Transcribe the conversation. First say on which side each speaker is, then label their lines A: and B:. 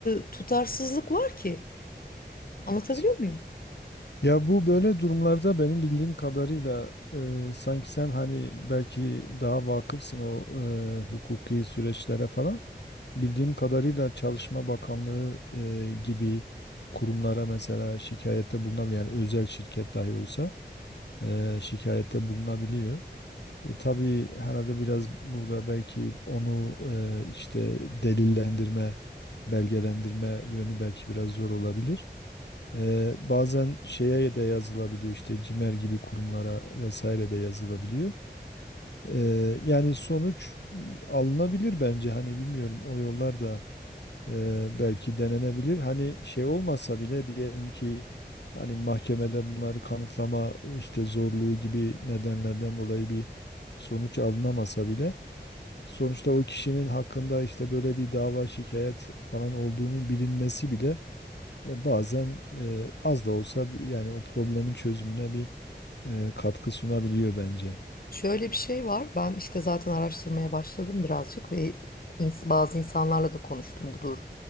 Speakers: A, on the left; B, on the left.
A: e, tutarsızlık var ki
B: evet
A: anlatabiliyor muyum?
B: ya bu böyle durumlarda benim bildiğim kadarıyla e, sanki sen hani belki daha vakıfsın o e, hukuki süreçlere falan bildiğim kadarıyla Çalışma Bakanlığı e, gibi kurumlara mesela şikayette bulunabiliyor yani özel şirket dahi olsa e, şikayette bulunabiliyor. E, tabii herhalde biraz burada belki onu e, işte delillendirme, belgelendirme yönü belki biraz zor olabilir. E, bazen şeye de yazılabiliyor işte CİMER gibi kurumlara vesaire de yazılabiliyor. E, yani sonuç alınabilir bence hani bilmiyorum o yollar da Eee, belki denenebilir. Hani şey olmasa bile diyelim ki hani mahkemede bunları kanıtlama işte zorluğu gibi nedenlerden dolayı bir sonuç alınamasa bile sonuçta o kişinin hakkında işte böyle bir dava şikayet falan olduğunu bilinmesi bile e, bazen e, az da olsa bir- yani o problemin çözümüne bir e, katkı sunabiliyor bence.
A: Şöyle bir şey var. Ben işte zaten araştırmaya başladım birazcık ve ins- bazı insanlarla da konuştum. Budur